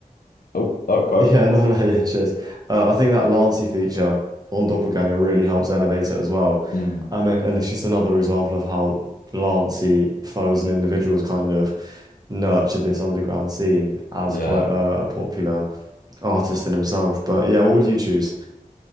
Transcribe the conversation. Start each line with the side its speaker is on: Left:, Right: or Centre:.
Left: oh, oh go
Right: Yeah, <laughs> no, no, yeah, cheers. Uh, I think that Lancy feature on Doppelganger really helps elevate it as well.
Left: mm,
Right: Um, and it's just another example of how Lancy foes and individuals kind of nurtured this underground scene as
Left: yeah.
Right: quite a, a popular artist in himself. But yeah, what would you choose?